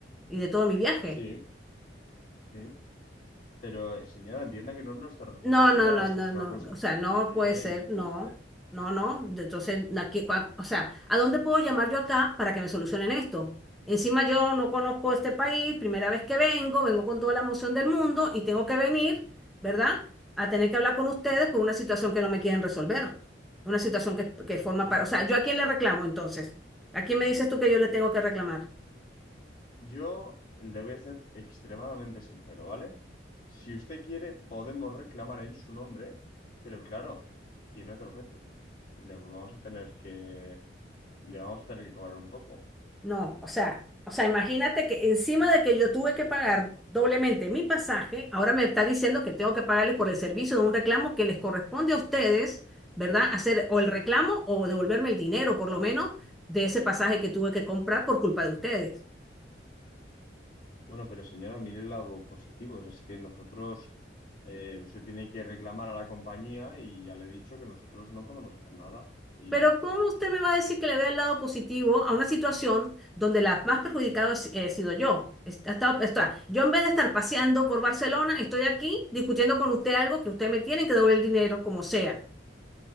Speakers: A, in the centre; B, on the left (about 50°).
A: y de todo mi viaje.
B: Sí. Sí, pero eh, señora, entienda que no es nuestra responsabilidad.
A: No, no, no,
B: Esa
A: no,
B: es una
A: no,
B: cosa
A: no, o sea,
B: de
A: no
B: la aerolínea
A: puede ser,
B: de us- de
A: no,
B: usted.
A: no, no. de- Entonces, na- cua- o sea, ¿a dónde puedo llamar yo acá para que me solucionen esto? Encima yo no conozco este país, primera vez que vengo, vengo con toda la emoción del mundo y tengo que venir, ¿verdad? A tener que hablar con ustedes por una situación que no me quieren resolver, una situación que, que forma
B: Mire,
A: para, o sea, ¿yo a quién le reclamo entonces? ¿A quién me dices tú que yo le tengo que reclamar?
B: Yo le voy a ser extremadamente sincero, ¿vale? Si usted quiere, podemos reclamar en su nombre, pero claro, tiene otro precio. Le vamos a tener que, le vamos a tener que cobrar un poco.
A: No, o sea, o sea, imagínate que encima de que yo tuve que pagar doblemente mi pasaje, ahora me está diciendo que tengo que pagarles por el servicio de un reclamo que les corresponde a ustedes, ¿verdad? Hacer o el reclamo o devolverme el dinero, por lo menos, de ese pasaje que tuve que comprar por culpa de ustedes.
B: Bueno, pero señora, mire el lado positivo. O sea, es que nosotros, eh, usted tiene que reclamar a la compañía y ya le he dicho que nosotros no podemos hacer nada. Y,
A: Pero ¿cómo usted me va a decir que le vea el lado positivo a una situación donde la más perjudicada he he sido yo? Est- ha estado- está- yo en vez de estar paseando por Barcelona, estoy aquí discutiendo con usted algo que usted me tiene que devolver el dinero como sea.